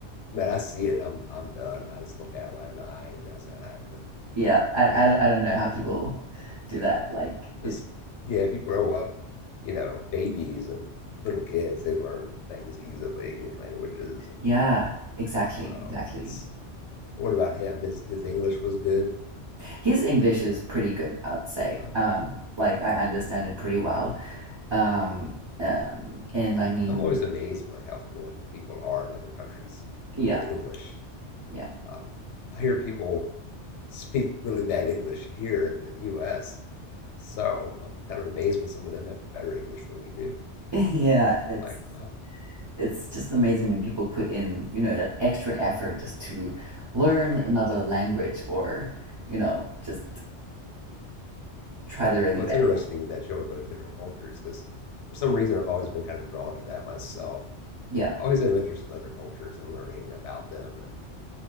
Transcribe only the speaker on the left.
man, I see it. I'm I'm done. I just look at it like, nah, ain't- that's not happening. <laughs>
Yeah,
yeah.
It just
yeah. If you grow up, you know, babies and little kids, they learn things easily, new languages, and
so
that's. What about him? His his English was good.
Okay,
I'm always amazed by like how fluent people are in other countries
with English.
Um, I hear people speak really bad English here in the U.S., so I'm kind of amazed when some of them have better English than we do.
So
I'm like, wow,
right.
Well,
it's interesting that you are both different cultures because for some reason I've always been kind of drawn to that myself.
I always have interest in other cultures and learning about them, and